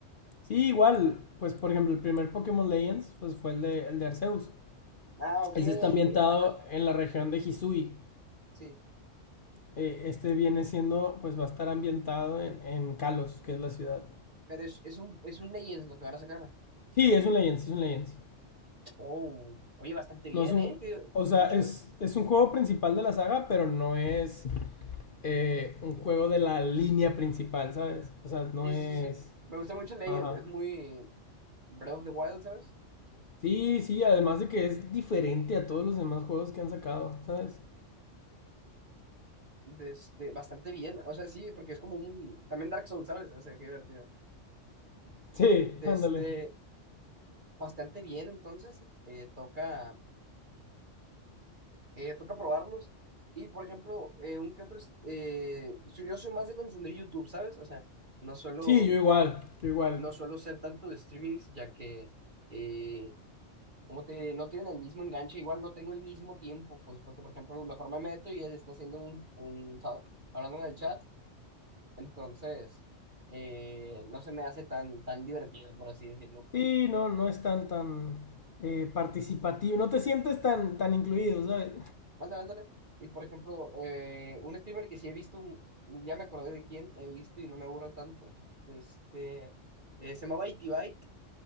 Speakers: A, on the left; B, on the right.
A: Sí, igual, pues por ejemplo, el primer Pokémon Legends pues, fue el de, el de Arceus.
B: Ah, ok.
A: Ese está ambientado
B: Ajá,
A: en la región de Hisui.
B: sí.
A: Eh, este viene siendo, pues va a estar ambientado en, en Kalos, que es la ciudad.
B: Pero es, es un, es un Legends lo que van a sacar.
A: Sí, es un Legends, es un Legends.
B: Oh, oye, bastante bien,
A: No es un.
B: ¿eh? Qué,
A: O sea,
B: qué chido.
A: es, es un juego principal de la saga, pero no es eh, un juego de la línea principal, ¿sabes? O sea, no
B: Sí,
A: es.
B: sí, sí, sí. Me gusta mucho Legends.
A: Ajá.
B: Es muy Breath of the Wild, ¿sabes?
A: Sí, sí, además de que es diferente a todos los demás juegos que han sacado, ¿sabes?
B: De este, bastante bien. O sea, sí, porque es como un... También Dark Souls, ¿sabes? O sea, qué divertido.
A: Sí,
B: De
A: ándale.
B: este, bastante bien, entonces. eh, toca... eh, toca probarlos. Y por ejemplo, eh, un que otro, es- eh, so- yo soy más de consumir YouTube, ¿sabes? O sea, no suelo,
A: Sí, yo igual, yo igual.
B: no suelo ser tanto de streamings, ya que eh, como te, no tienen el mismo enganche, igual no tengo el mismo tiempo, pues porque por ejemplo, mejor me meto y él está haciendo un, un ta- hablando en el chat, entonces eh, no se me hace tan, tan divertido, por así decirlo, pues.
A: Sí, no, no es tan, tan eh, participativo, no te sientes tan, tan incluido, ¿sabes?
B: Ándale, ándale. Y por ejemplo, eh, un streamer que sí he visto, un- ya me acordé de quién he visto y no me aburro tanto. Este, eh, se llama Baiti Byte.